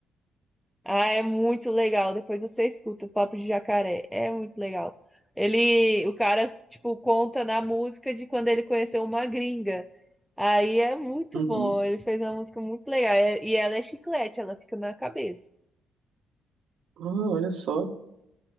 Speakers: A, in the centre; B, on the right (about 80°).
A: Ah, é muito legal. Depois você escuta o Papo de Jacaré. É muito legal. Ele, o cara, tipo, conta na música de quando ele conheceu uma gringa. Aí é muito
B: Uhum.
A: bom. Ele fez uma música muito legal. É- E ela é chiclete, ela fica na cabeça.
B: Ah, olha só.